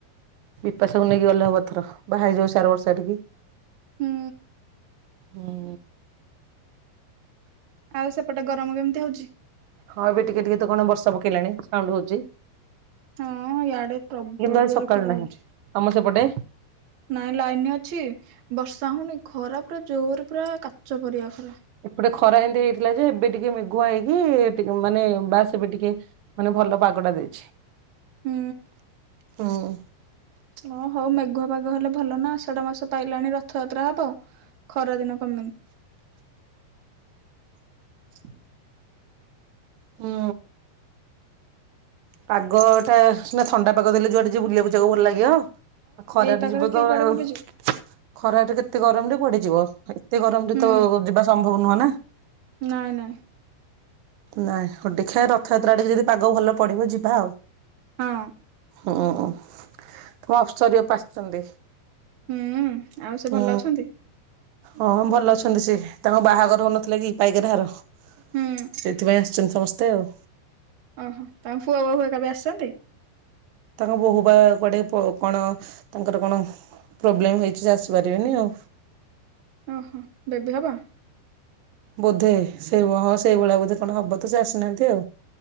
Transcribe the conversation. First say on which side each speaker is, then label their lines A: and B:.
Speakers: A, on the right (about 80°); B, on the right (about 60°).
A: ବିପାସାକୁୁ ନେଇକି ଗଲେ ହବ ଏଥର ବାହା ହେଇଯିବ ସେ ଆର ବର୍ଷା ଆଠିକି।
B: ହୁଁ
A: ହୁଁ
B: ଆଉ ସେପଟେ ଗରମ କେମିତି ହଉଛି?
A: ହଁ ଏବେ ଟିକେ ଟିକେ ତ କଣ ବର୍ଷା ପକେଇଲାଣି ସାଉଣ୍ଡ ହଉଚି।
B: ହଁ ୟାଡେ ପ୍ରବଳ
A: ଆଜି
B: ଜୋର
A: ସକାଳୁ
B: ଖରା
A: ନାହିଁ।
B: ହଉଚି।
A: ଆମ ସେପଟେ
B: ନାଇଁ ଲାଇନ ଅଛି ବର୍ଷା ହୋଉନି ଖରା ପ ପୁରା ଜୋର ପୁରା କାଚ ପରିକା ଖରା।
A: ଏପଟେ ଖରା ଏନ୍ତି ହେଇଥିଲା ଯେ ଏବେ ଟିକେ ମେଘୁଆ ହେଇକିି ଟିକେ ମାନେ ବାସ ଏବେ ଟିକେ ମାନେ ଭଲ ପାଗଟା ଦେଇଛି।
B: ହୁଁ।
A: ହୋଉ।
B: ଓଁ ହୋଉ ମେଘୁଆ ପଗ ହେଲେ ଭଲ ନା ଆଷାଢ ମାସ ପାଇଲାଣି ରଥଯାତ୍ରା ହବ ଖରା ଦିନ କ <unintelligible>
A: ହୁଁ। ପାଗଟା ସିନା ଥଣ୍ଡା ପାଗ ଦେଲେ ଯୁଆଡ଼େ ଯିଏ ବୁଲିବାକୁ ଯିବାକୁ ଭଲ ଲାଗିବ। ଆଉ ଖରାରେ
B: ଏଇ ପାଗରେ
A: ଯିବ
B: କିଏ
A: ତମେ
B: କୁଆଡେ
A: ଆଉ
B: ବୁଲିଯିବ
A: ଖରାରେ କେତେ ଗରମରେ କୁଆଡ଼େ ଯିବ। ଏତେ ଗରମରେ
B: ହୁଁ
A: ତ ଯିବା ସମ୍ଭବ ନୁହଁ ନା।
B: ନାଇଁ ନାଇଁ।
A: ନାଇଁ ହୋଉ ଦେଖିଆ ରଥଯାତ୍ରା ଟିକେ ଯଦି ପାଗ ଭଲ ପଡିବ ଯିବା ଆଉ।
B: ହଁ
A: ହୁଁ ତମ ଅପସର ପାସିଛନ୍ତି
B: ହୁଁ ଆଉ ସେ
A: ହୁଁ
B: ଭଲ ଅଛନ୍ତି
A: ହଁ ଭଲ ଅ ସେ ତାଙ୍କ ବାହାଘର ହଉନଥିଲା କି ପାଇକ ହାର ସେଥିପାଇଁ
B: ହୁଁ
A: ଅଛନ୍ତି ସମସ୍ତେ ଆଉ
B: ଓହୋ ତାମ ପୁଅ ବହୁୂ କୋବେ ଆସିଛନ୍ତି
A: ହ ବୋହୁ ବା କୁଆଡେ କଣ ତାଙ୍କର କଣ ପ୍ରୋବ୍ଲେମ ହେଇଛି ଆସିପାରିବେନି ଆଉ
B: ଓହୋ ବବ ହବା
A: ବୋଧେ ସେଇ ହଁ ସେଇଭଳିଆ ବୋଧେ କଣ ହବ ତୁ ସେ ଆସିନାହାନ୍ତି ଆଉ